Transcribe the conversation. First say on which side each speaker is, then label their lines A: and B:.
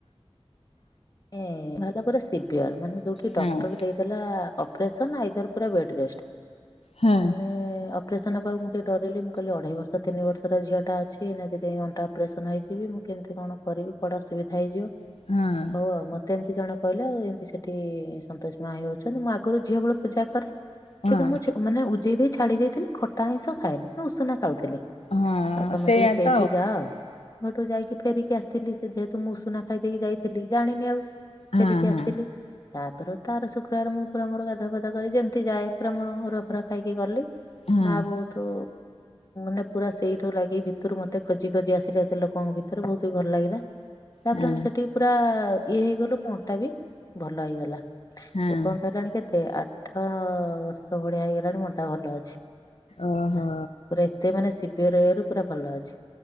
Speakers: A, on the left; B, on the left.
A: ଏଁ ବାହାରିଲା ପୁରା ସିିବିଅର ମାନେ ଯୋଉଠି
B: ହଁ।
A: ଡକ୍ଟର ଦେଇ ଲା ଅପରେସନ ଆଇଦର ପୁରା ବେଡ ରେଷ୍ଟ
B: ହଁ।
A: ମାନେ ଅପରେସନ ହେବାକୁ ଡରେଇଲେ ମୁଁ କହିଲି ଅଢ଼େଇ ବର୍ଷର ତିନି ବର୍ଷର ଝିଅଟା ଅଛି ଏଇନା ଯଦି ଅଣ୍ଟା ଅପରେସନ୍ ହେଇଯିବି ମୁଁ କେମିତି କଣ କରିବି କୁଆଡେ ଅସୁବିଧା ହେଇଯିବ।
B: ହଁ
A: ଉ ମତେ ଏମିତି ଜଣେ କହିଲା ଏମତି ସେଠି ସନ୍ତୋଷି ମା ହେଇଯାଉଛନ୍ତି ମୁଁ ଆଗରୁ ଝିଅ ବେଳ ପୂଜା କରେ।
B: ହଁ
A: କିନ୍ତୁ ମୁଁ ମାନେ ଉଜେଇ ଦେଇ ଛାଡି ଯାଇଥିଲି ଖଟା ଆଇଁଷ ଖାଏନି ଉଷୁନା ଖାଉଥିଲି।
B: ହଁ
A: ଆଉ ତମେ
B: ସେଇଆ
A: ଟିକେ ସେଇଠି
B: ତ
A: ଯାଅ। ମୁଁ ହେଠୁ ଯାଇକି ଫେରିକି ଆସିଲି ସେ ଯେହେତୁ ମୁଁଉଷୁନା ଖାଇଦେଇକି ଯାଇଥିଲି ଜାଣିନି ଆଉ।
B: ଆଉ
A: ଫେରିକି
B: ହଁ
A: ଆସିଲି। ତାପରେ ତ ଆର ଶୁକ୍ରବାର ମୁଁପୁରା ମୋର ଗାଧୁଆ ପାଧୁଆ କରି ଯେମିତି ଯାଏ ପୁରା ମୋର ଅରୁଆ ଫରୁଆ ଖାଇକି ଗଲି।
B: ହଁ।
A: ମା ବହୁତ ନେ ପୁରା ସେଇଠୁ ଲାଗି ଭିତରୁ ମତେ ଖୋଜି ଖୋଜି ଆସିଲେ ଏତେ ଲୋକଙ୍କ ଭିତରେ ବହୁତ ବି ଭଲ ଲାଗିଲା। ତାପରେ
B: ହଁ
A: ଆମେ ସେଠିକି ପୁରା ଇଏ ହେଇଗଲୁ ମୋ ଅଣ୍ଟା ବି ଭଲ ହେଇଗଲା।
B: ହଁ ହଁ
A: ଏପର୍ଯ୍ୟନ୍ତ ହେଲାଣି କେତେ ଆଠ ବର୍ଷ ଭଳିଆ ହେଇଗଲାଣି ମୋ ଅଣ୍ଟା ଭଲ ଅଛି।
B: ଓହୋ।
A: ନା ପୁରା ଏତେ ମାନେ ଶିଭିଅରଇଏରୁ ପୁରା ଭଲ ଅଛି।